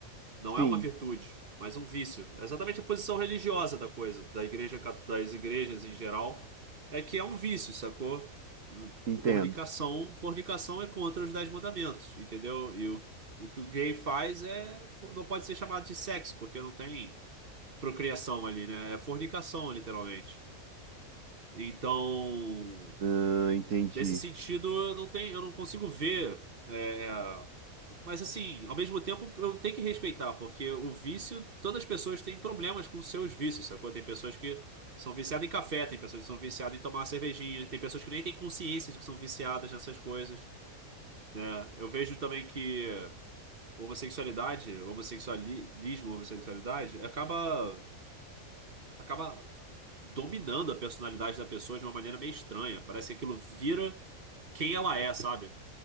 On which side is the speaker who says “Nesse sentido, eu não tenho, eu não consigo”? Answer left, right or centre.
Right